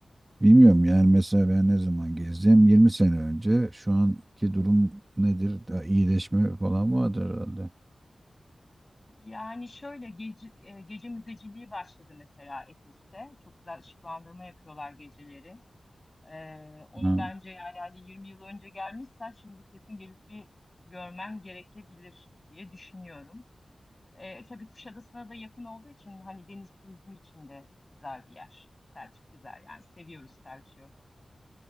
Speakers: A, on the right; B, on the left.
A: Bilmiyorum yani mesela ben ne zaman gezdim? 20 sene önce. Şu anki durum nedir? Daha iyileşme falan vardır herhalde.
B: Yani şöyle gece, e, gece müzeciliği başladı mesela Efes'te. Çok güzel ışıklandırma yapıyorlar geceleri. E, onu
A: Ha.
B: bence yani hani 20 yıl önce gelmişsen şimdi kesin gelip bir görmen gerekebilir diye düşünüyorum. E, tabii Kuşadası'na da yakın olduğu için hani deniz turizmi için de güzel bir yer. Selçuk güzel yani seviyoruz Selçuk'u.